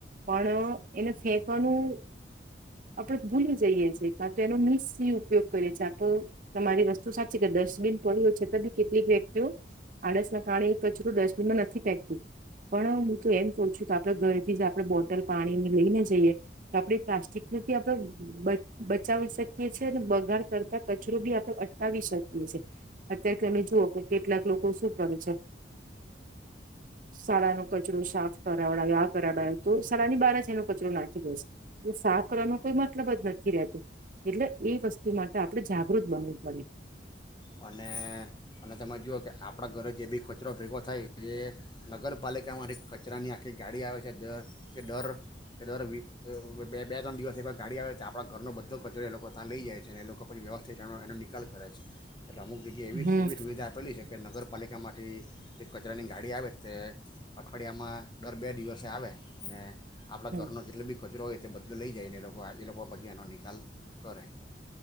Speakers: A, on the right; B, on the left.
A: પણ એને ફેકવાનું આપડ ભૂલી જઈએ છેએ કા તો એનો મીસ ઉપયોગ કરીએ છી તમારી વસ્તુ સાચી કે ડસ્ટબિન પડ્યુંય છતાં બી કેટલીક વ્યક્તિઓ આડસના કારણે કચું ડસ્ટબિનમાં નથી, પેંકતી પણ હું તો એમ કહ છું કે આપડ ઘરથી જ આપણે બોટલ પાણી લઈને જઈએ, તો આપણે પ્લાસ્ટિકને આપણે બચાવી શકીએ છી બગાડ. કચરો બી આપણે અટકાવી શકીએ છીએ અત્યારે તમે જુઓ કે કેટલાક લોકો શું કરે છે, શાળાનોો કચરો સાફ કરાવડાવ આ કરાવડ તો શાની બારા જનો કચરો નાખી દેશે એ સાફ કરવાનો કોઈ મતલબ જ નથી, રહેતો એટલે એ વસ્તુ માટે આપડણે જાગૃત બનવું પડે.
B: અને અને તમે જુઓ કે આપણા ઘરે જે બી કચરો ભેગો થાય એ. નગરપાલિકામાં એક. કચરાની આખી ગાડી આવે છે, દર કે દર કે દર વ બે ત્રણ દિવસ એવા ગાડી આવે તો આપણા ઘરનો બધો કચરો એ લોકો ત્યાં લઈ જાય છે, અને એ લોકો પછી વ્યવસ્થિત રહેનો એનો નિકાલ કરે છે. એટલે અમુક જગ્યા એવી
A: હમ
B: એવી સુવિધા આપેલી છે. કે નગરપાલિકામાંથી જે કચરાની ગાડી આવે તે અઠવાડિયામાં દર બે દિવસે આવે અને. આપણા
A: હમ
B: ઘનો જેટલીીચરો હોય તે બધ. લઈ જાય એને લોકો આજે લોકો લોકો પછી આનો નિકાલ કર.